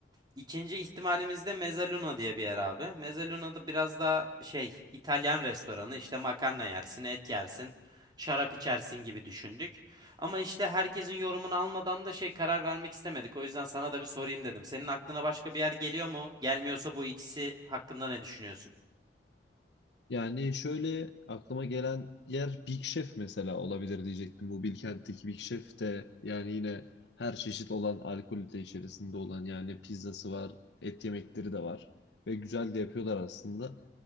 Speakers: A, on the right; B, on the left.
A: İkinci ihtimalimiz de Mezzaluna diye bir yer abi. Mezzaluna da biraz daha şey İtalyan restoranı işte makarna yersin, et yersin, şarap içersin gibi düşündük. Ama işte herkesin yorumunu almadan da şey karar vermek istemedik. O yüzden sana da bir sorayım dedim. Senin aklına başka bir yer geliyor mu? Gelmiyorsa bu ikisi hakkında ne düşünüyorsun?
B: Yani şöyle aklıma gelen yer Big Chef mesela olabilir diyecektim. Bu Bilkent'teki Big Chef de yani yine her çeşit olan alkolü de içerisinde olan yani pizzası var, et yemekleri de var ve güzel de yapıyorlar aslında.